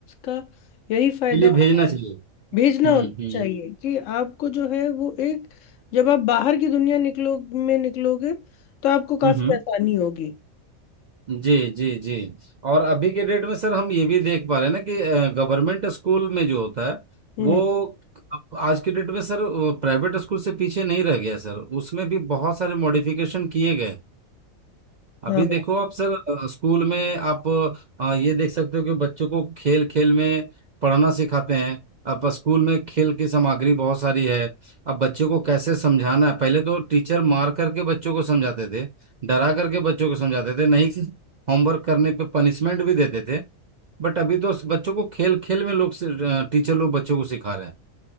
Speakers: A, on the left (about 70°); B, on the right (about 55°).
A: का यही फायदा
B: के लिए
A: होगा
B: भेजना चाहिए
A: भेजना
B: हम्म
A: होता
B: हम्म
A: चाहिए कि आपको जो है वो एक जब आप बाहर की दुनिया निकलो में निकलोगे तो आपको काफी
B: हम्म हम्म।
A: आसानी होगी
B: जी जी जी और अभी के डेट में सर हम ये भी देख पा रहे हैं ना कि गवर्नमेंट स्कूल में जो होता है
A: हम्म
B: वो अब आज के डेट में सर प्राइवेट स्कूल से पीछे नहीं रह गया सर उसमें भी बहुत सारे मॉडिफिकेशन किए गए
A: हाँ
B: अभी देखो आप सर अ, स्कूल में आप अ, ये देख सकते हो कि बच्चों को खेल खेल में पढ़ना सिखाते हैं अब स्कूल में खेल की सामग्री बहुत सारी है अब बच्चों को कैसे समझाना है पहले तो टीचर मार करके बच्चों को समझाते थे डरा करके बच्चों को समझाते थे नहीं होमवर्क करने पे पनिशमेंट भी देते थे बट अभी तो बच्चों को खेल खेल में लोग टीचर लोग बच्चों को सिखा रहे हैं